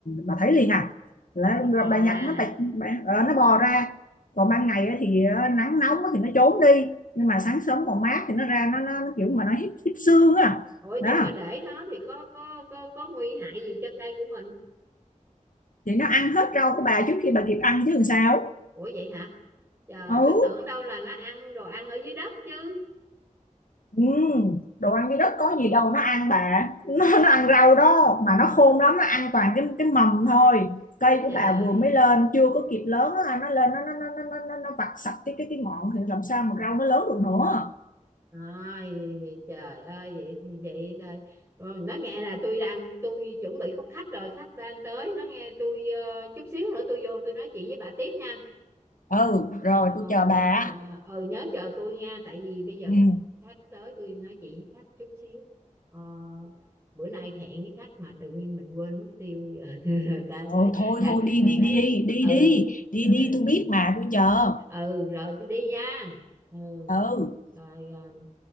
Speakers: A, on the left; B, on the right.
A: bà thấy liền à là,
B: Nó bò
A: là bà nhặt
B: ra
A: nó
B: hả?
A: bà, bà ờ, nó bò ra còn ban ngày á thì ờ, nắng nóng á thì nó trốn đi nhưng mà sáng sớm còn mát thì nó ra nó nó, nó kiểu mà nó hít hít xương á
B: Ủa
A: đó
B: nhưng mà để nó thì có có có có nguy hại gì cho cây của mình?
A: thì nó ăn hết rau của bà trước khi bà kịp ăn chứ làm sao
B: Ủa vậy hả? Trời,
A: ừ
B: tôi tưởng đâu là nó ăn đồ ăn ở dưới đất chứ.
A: Ừm, đồ ăn cái đất có gì đâu nó ăn bà <laughs> nó, nó ăn rau đó mà nó khôn lắm nó ăn toàn cái cái mầm thôi cây
B: Ôi
A: của
B: trời.
A: bà vừa mới lên chưa có kịp lớn á, nó lên nó nó nó nó nó, nó nó vặt sạch cái cái cái ngọn thì làm sao mà rau nó lớn được nữa
B: Ôi trời ơi vậy thì vậy thôi. Ừ, nó nghe là tôi đang tôi chuẩn bị có khách rồi, khách đang tới, nó nghe tôi ờ, chút xíu nữa tôi vô tôi nói chuyện với bà tiếp nha.
A: ừ rồi
B: ờ
A: tôi chờ bà á.
B: bà ờ nhớ chờ tôi nha tại vì bây giờ
A: ừ
B: khách khách tới tôi nói chuyện với khách chút xíu ờ, bữa nay hẹn với khách mà tự nhiên mình quên mất tiêu giờ <laughs> ta đấy
A: rồi thôi
B: đang
A: thôi đi
B: đang
A: đi
B: ấy
A: đi đi
B: ừ
A: đi đi
B: rồi
A: đi tôi biết mà tôi chờ
B: ừ rồi tôi đi nha ừ
A: ừ
B: rồi Ờ,